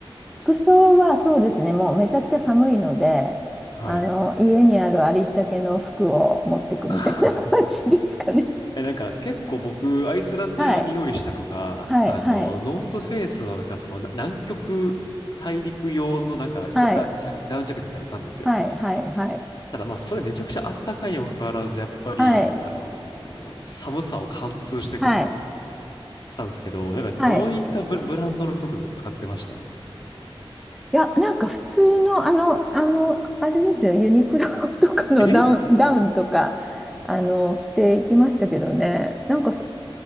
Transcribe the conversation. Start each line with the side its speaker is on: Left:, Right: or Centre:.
Centre: 服装はそうですね、もうめちゃくちゃ寒いので、
Left: はい。
Centre: あの、家にあるありったけの服を持ってくみたいな感じですかね。
Left: <laughs> え、なんか結構僕、アイスランド用に用意したのが、
Centre: はい、はい、
Left: あの、
Centre: はい、
Left: ノースフェイスのなんかそのな南極大陸用のなんかジャ、
Centre: はい、
Left: ダ、ジャ、ダウンジャケットみたいなのあったんですよ。
Centre: はい、はい、は
Left: ただまあそれめちゃくちゃあったかいにもかかわらず、やっぱり、
Centre: い、
Left: あの、寒さを貫通してくるというか
Centre: はい。
Left: したんですけど、なんかどういったブラブランドの服使ってました
Centre: はい。いや、なんか普通の、あの、あの、あれですよ、ユニクロ <laughs> とかの
Left: え
Centre: <laughs> ダウン、ダウンとか、あの、着ていきましたけどね。なんかす、
Left: す